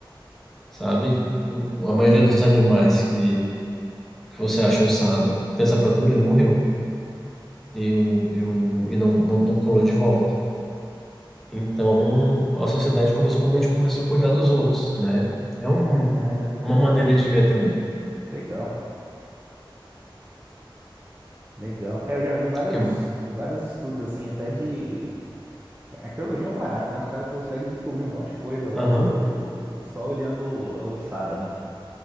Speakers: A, in the centre; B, on the right (about 20°).
A: sabe? O- A maioria dos animais que, que você acha ossada tem essa fratura, ele morreu. E, o, e, o, e não, não, não colou de volta. Então, a sociedade começou como a gente começou a cuidar dos outros, né? É um
B: Ah,
A: É uma maneira de ver também.
B: legal, legal. É, eu já vi vários,
A: Que é-
B: vários estudos assim, até de A arqueologia é um barato, né? Os caras conseguem descobrir um monte de coisa lá
A: Aham,
B: do só olhando a ossada, né?